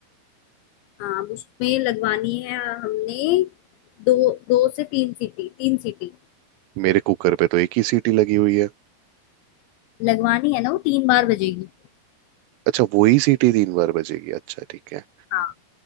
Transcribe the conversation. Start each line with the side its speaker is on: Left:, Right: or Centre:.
Left: हाँ अब उसमें लगवानी है हमने दो दो से तीन सीटी तीन सीटी
Right: मेरे कुकर पे तो एक ही सीटी लगी हुई है
Left: लगवानी है ना वो तीन बार बजेगी
Right: अच्छा वही सीटी तीन बार बजेगी अच्छा ठीक है
Left: हाँ